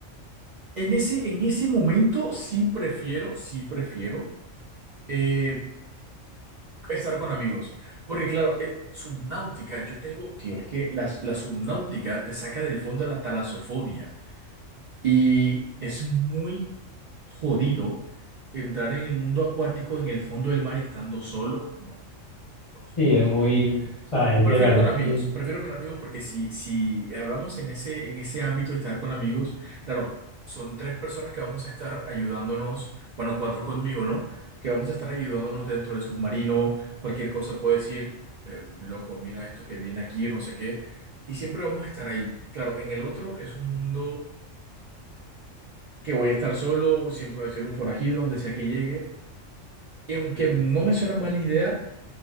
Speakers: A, on the right; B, on the left.
A: En ese, en ese momento sí prefiero, sí prefiero eh, estar con amigos. Porque claro, eh, subnáutica, yo tengo, tío, es que la, la subnáutica te saca del fondo de la talasofobia. Y es muy jodido entrar en el mundo acuático en el fondo del mar y estando solo. No, no lo soporto.
B: Sí, es muy,
A: eh.
B: o sea,
A: Y
B: es
A: prefiero
B: de verdad
A: con amigos,
B: que...
A: prefiero con amigos porque si, si hablamos en ese, en ese ámbito de estar con amigos, claro, son tres personas que vamos a estar ayudándonos, bueno, cuatro conmigo, ¿no? Que vamos a estar ayudándonos dentro del submarino, cualquier cosa puedo decir, eh, loco, mira esto que viene aquí, no sé qué. Y siempre vamos a estar ahí. Claro, en el otro es un mundo que voy a estar solo, siempre voy a ser un forajido donde sea que llegue. Y aunque no me suena mala idea,